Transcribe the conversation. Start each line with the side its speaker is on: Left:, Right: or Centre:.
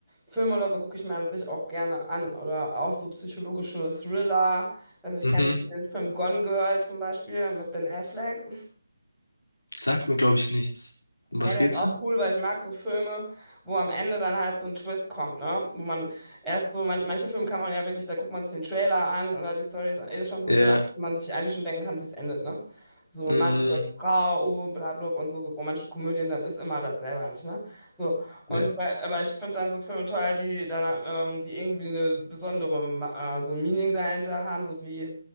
Centre: Filme oder so gucke ich mir an sich auch gerne an. Oder auch so psychologische Thriller. Weiß nicht,
Left: mhm.
Centre: kennst du den Film Gone Girl zum Beispiel mit Ben Affleck?
Left: Sagt mir, glaube ich, nichts. Um was
Centre: Ja, der
Left: geht's
Centre: ist auch
Left: da?
Centre: cool, weil ich mag so Filme, wo am Ende dann halt so ein Twist kommt, ne? Wo man erst so, man, manche Filme kann man ja wirklich, da guckt man sich den Trailer an oder die Story ist, ist schon so
Left: Ja,
Centre: flach, dass man sich eigentlich schon denken kann, wie es endet, ne? So
Left: mm,
Centre: Mann, trifft Frau, oh, bla, bla, und so, so romantische Komödien, dann ist immer dasselbe eigentlich, ne? So, und
Left: ne.
Centre: bei, aber ich finde dann so Filme teuer, die dann, ähm, die irgendwie eine besondere, äh, so ein Meaning dahinter haben, so wie